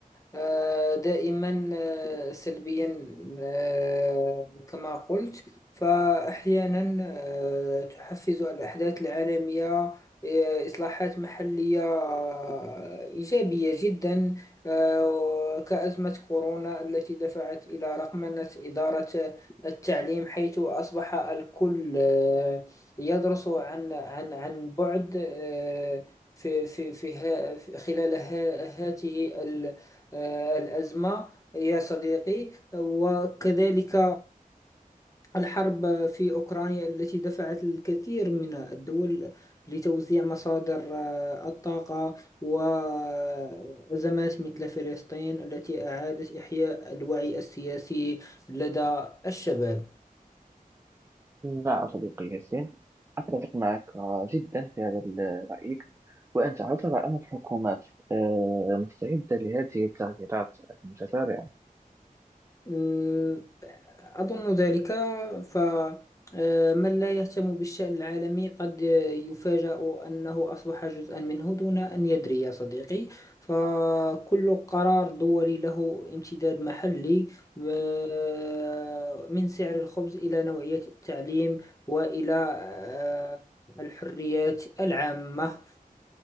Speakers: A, on the left; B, on the right.
A: آه، دائما آه، سلبيا آه، كما قلت فأحيانا آه، تحفز الأحداث العالمية آه، إصلاحات محلية آه، إيجابية جدا آه، كأزمة كورونا التي دفعت إلى رقمنة إدارة التعليم حيث أصبح الكل آه، يدرس عن عن عن بعد آه، في في في ها في- خلال ها هاته ال- آه، الأزمة يا صديقي وكذلك الحرب في أوكرانيا التي دفعت الكثير من الدول لتوزيع مصادر آه، الطاقة وأزمات مثل فلسطين التي أعادت إحياء الوعي السياسي لدى الشباب
B: نعم صديقي ياسين أتفق معك آه، جدا في هذا ال- رأيك وأنت ترى أن الحكومات آه، مستعدة لهذه التغييرات المتسارعة
A: مم، أظن ذلك ف آه، من لا يهتم بالشأن العالمي قد يفاجأ أنه أصبح جزءا منه دون أن يدري يا صديقي فكل قرار دولي له امتداد محلي آه، من سعر الخبز إلى نوعية التعليم وإلى آه، الحريات العامة